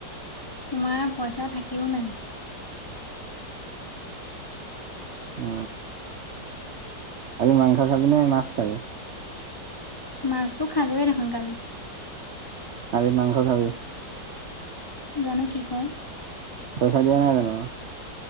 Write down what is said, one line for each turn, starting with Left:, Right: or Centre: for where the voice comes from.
Left: তোমাৰ পইচা থাকিও নাই।
Right: অ। আজি মাংস খাবি নে মাছ খাবি?
Left: মাছটো খালোৱে দেখোন কালি।
Right: আজি মাংস খাবি?
Left: জানো কি কওঁ।
Right: পইচা দিয়া নাই জানো?